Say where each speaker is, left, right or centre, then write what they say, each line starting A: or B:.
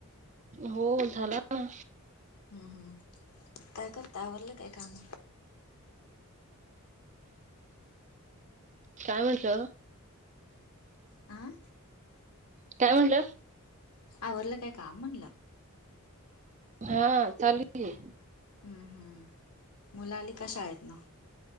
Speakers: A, on the right; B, on the left.
A: हो झाला. ना
B: हम् हम्, काय करटाय आवरलं काय काम?
A: काय म्हणता?
B: अं?
A: काय म्हटलं?
B: आवरल काय काम म्हणलं?
A: हा चालूकीं.
B: हम्म हम्म मुलं आलीका शाळेतन?